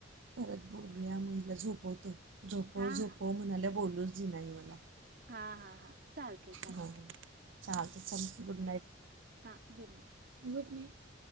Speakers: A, on the right; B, on the right.
A: परत बोलूया मुलीला झोप <unintelligible> झोपव
B: हा
A: झोपव
B: हा
A: म्हणायल्या बोल <unintelligible>
B: हा हा हा. चालते चालते
A: हम्म चालतंय
B: हा
A: चल. Good night.
B: हा गुड नाईट.
A: Good night.